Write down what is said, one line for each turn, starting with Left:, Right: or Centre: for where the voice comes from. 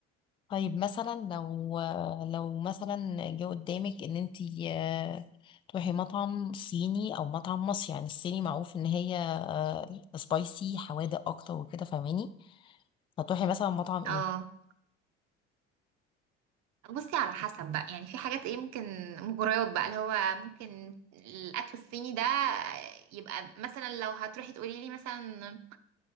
Left: طيب مثلا لو لو مثلا جه قدامك ان انتي آه، تروحي مطعم صيني او مطعم مصري يعني الصيني معروف ان هي سبايسي حوادق اكتر وكده فاهماني هتروحي مثلا مطعم ايه
Right: اه بصي على حسب بقى يعني في حاجات ايه ممكن مغريات بقى اللي هو ممكن الاكل الصيني ده يبقى مثلا لو هتروحي تقولي لي مثلا